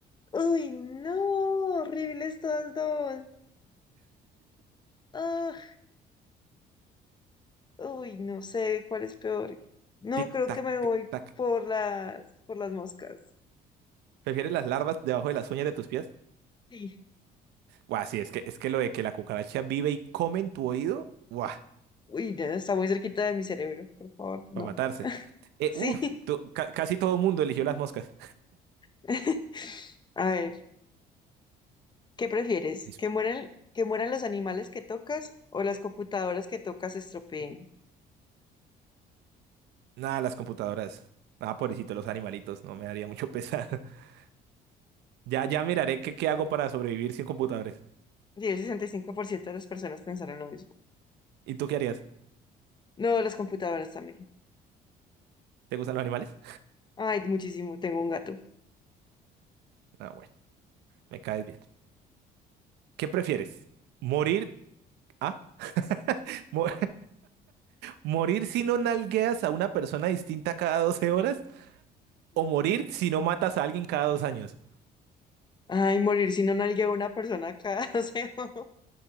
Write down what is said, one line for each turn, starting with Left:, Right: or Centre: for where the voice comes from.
Left: Uy, no, horribles todas dos. Ah, uy, no sé cuál es peor. No,
Right: Tic
Left: creo que
Right: tac,
Left: me voy
Right: tic tac.
Left: por las, por las moscas.
Right: ¿Prefieres las larvas debajo de las uñas de tus pies?
Left: Sí.
Right: Buah, sí, es que, es que lo de que la cucaracha vive y come en tu oído, ¡guau!
Left: Uy, ya está muy cerquita de mi cerebro, por favor, no.
Right: Para matarse. Eh,
Left: Sí.
Right: uf, to- ca- casi todo el mundo eligió las moscas.
Left: <laughs> A ver, ¿qué prefieres?
Right: Dice,
Left: ¿Que mueran, que mueran los animales que tocas o las computadoras que tocas se estropeen?
Right: Nada, las computadoras. Ah, pobrecito, los animalitos, no me daría mucho pesar. <laughs> Ya, ya miraré qué, qué hago para sobrevivir sin computadores.
Left: Y el 65% de las personas pensaron lo mismo.
Right: ¿Y tú qué harías?
Left: No, las computadoras también.
Right: ¿Te gustan los animales?
Left: Ay, muchísimo, tengo un gato.
Right: Ah, bueno, me caes bien. ¿Qué prefieres? ¿Morir? Ah, <laughs> mo- ¿morir si no nalgueas a una persona distinta cada 12 horas? ¿O morir si no matas a alguien cada dos años?
Left: Ay, morir si no nalgueo a una persona cada <laughs> semana.